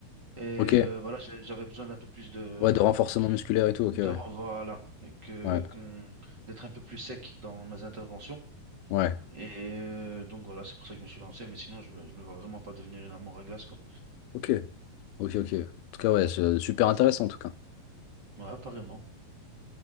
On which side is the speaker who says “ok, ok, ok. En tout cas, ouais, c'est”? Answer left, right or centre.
Left